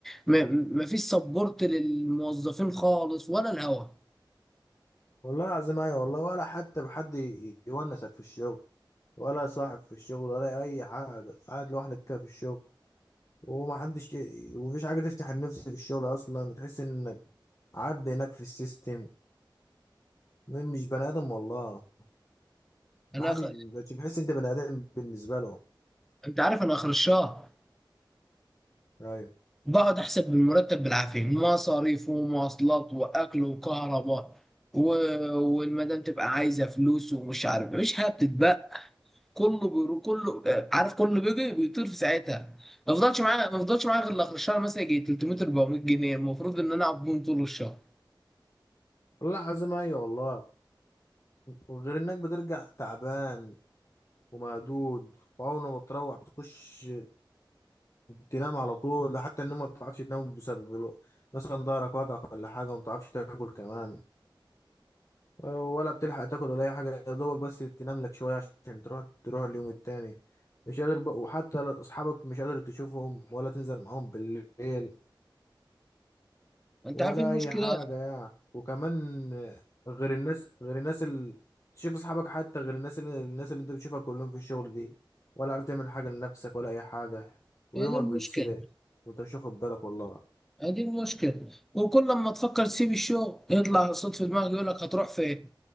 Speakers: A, in the centre; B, on the left.
A: ما- مفيش سبورت للموظفين خالص ولا الهوا
B: والله العظيم ايوه والله ولا حتى بحد ي- يونسك في الشغل ولا صاحب في الشغل ولا اي حاجه قاعد لوحدك كده في الشغل ومحدش ي- ومفيش حاجه تفتح النفس في الشغل اصلا بتحس انك عبد هناك في السيستم م- مش بني ادم والله محد
A: انا أخ...
B: مبقتش بتحس انت بني ادم بالنسبه له
A: انت عارف انا اخر الشهر
B: ايوه
A: بقعد احسب المرتب بالعافيه مصاريف ومواصلات واكل وكهرباء و... والمدام تبقى عايزه فلوس ومش عارف مفيش حاجه بتتبقى كله بيرو كله آه، عارف كله بيجي بيطير في ساعتها ما فضلش معايا ما فضلش معايا غير اخر الشهر مثلا يجي 300 400 جنيه المفروض ان انا اقعد بيهم طول الشهر
B: والله العظيم ايوه والله وغير انك بترجع تعبان ومهدود وأول ما بتروح بتخش تنام على طول ده حتى النوم ما بتعرفش تنام بسبب الو- مثلا ضهرك وجعك ولا حاجة وما بتعرفش تاكل كمان ولا بتلحق تاكل ولا أي حاجة يا دوبك بس تنام لك شوية عشان تروح تروح اليوم التاني مش قادر بق... وحتى ل- أصحابك مش قادر تشوفهم ولا تنزل معاهم بالليل
A: انت
B: ولا
A: عارف إيه المشكله
B: أي حاجة يعني وكمان غير الناس غير الناس اللي تشوف أصحابك حتى غير الناس اللي الناس اللي أنت بتشوفها كلهم في الشغل دي ولا عارف تعمل حاجة لنفسك ولا أي حاجة ويومك
A: هي دي المشكله
B: بيتسرق وأنت مش واخد بالك والله
A: هي دي المشكله وكل لما تفكر تسيب الشغل يطلع صوت في دماغك يقول لك هتروح فين